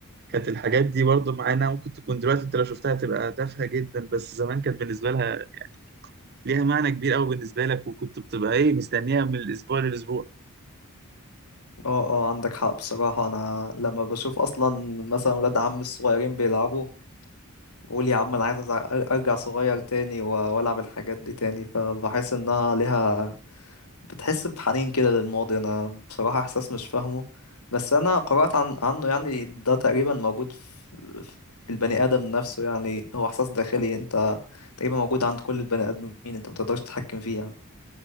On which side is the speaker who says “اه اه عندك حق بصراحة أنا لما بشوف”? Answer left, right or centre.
Left